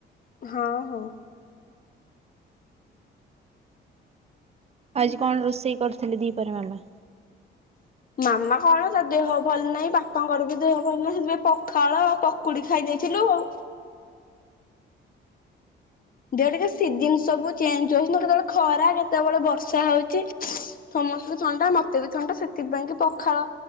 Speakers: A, on the left; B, on the right.
A: ହଁ ହଁ।
B: ଆଜି କଣ ରୋଷେଇ କରିଥିଲେ ଦିପହରେ ମାମା?
A: ମାମା କଣ ତା ଦେହ ଭଲ ନାହିଁ ବାପାଙ୍କର ବି ଦେହ ଭଲ ନାହିଁ ହେଥିପାଇଁ ପଖାଳ ପ କୁଡି ଖାଇ ଦେଇଥିଲୁ ଆଉ। ଦେହ ଟିକେ ସିଜିନ ସବୁ ଚେଞ୍ଜ ହଉଛି ତ କେତେବେଳେ ଖରା କେତେବେଳେ ବର୍ଷା ହଉଛି। ସମସ୍ତଙ୍କୁ ଥଣ୍ଡା ମତେ ବି ଥଣ୍ଡା ସେଥିପାଇଁକି ପଖାଳ